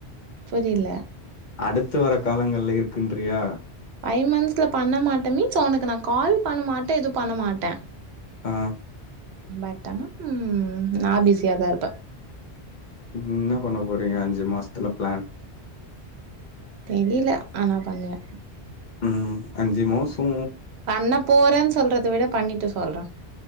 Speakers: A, on the right; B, on the left.
A: புரியெல
B: அடுத்து வர காலங்கள்ல இருக்குன்றியா
A: ஃபைவ் மந்த்ஸ்ல பண்ண மாட்ட மீன்ஸ் ஸோ வொனக்கு நா கால் பண்ண மாட்ட எது பண்ண மாட்ட
B: அ
A: பயப்படாம ம் நா பிஸியா தா ர்ப்ப
B: என்ன பண்ண போறீங்க அஞ்சு மாசத்துல பிளான்
A: தெரியல ஆனா பண்ணுவெ
B: ம் அஞ்சு மாசோ
A: பண்ண போறேன்னு சொல்றத விட பண்ணிட்டு சொல்றே